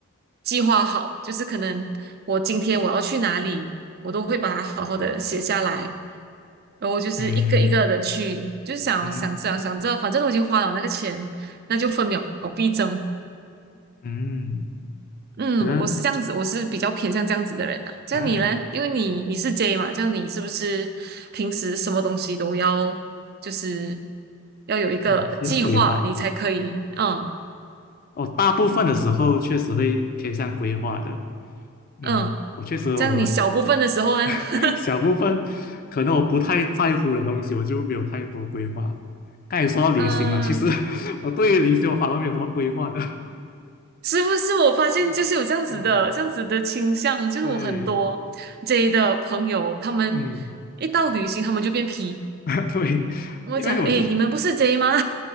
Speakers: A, on the right; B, on the left.
A: 计划好，就是可能我今天我要去哪里，我都会把它好好的写下来，然后就是一个一个的去，
B: 嗯
A: 就是想想这样，
B: 嗯
A: 想着，反正都已经花了那个钱，那就分秒必争。
B: 嗯，
A: 嗯，
B: 可能
A: 我是这样子，我是比较偏向这样子的人啊。像你呢？
B: 啊，
A: 因为你你是 J 嘛，这样你是不是平时什么东西都要就是要有一个计划，
B: 要要规划。
A: 你才可以，嗯
B: 哦，大部分的时候确实会偏向规划的。
A: 嗯，
B: 嗯，我确实我
A: 这样你小部分的时候呢，
B: <laughs>
A: <laughs>
B: 小部分可能我不太在乎的东西，我就没有太多规划。刚才也说到旅行了，
A: 嗯，
B: 其实 <laughs> 我对于旅行我反而没有什么规划的。
A: 是不是我发现就是有这样子的这样子的倾向，
B: <laughs> 对，啊，
A: 就是我很多
B: 对，
A: J 的朋友，他们一到旅行，
B: 嗯，
A: 他们就变 P。
B: <laughs> 对，
A: 我讲，
B: 因为我就是，
A: 哎，你们不是 J 吗？